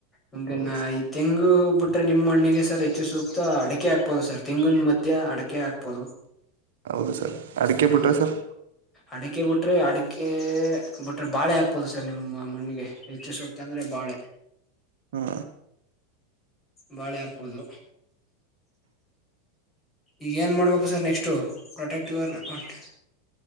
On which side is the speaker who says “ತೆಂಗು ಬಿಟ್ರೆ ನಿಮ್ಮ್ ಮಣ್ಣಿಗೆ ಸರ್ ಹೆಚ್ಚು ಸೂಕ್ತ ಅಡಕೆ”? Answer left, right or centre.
Left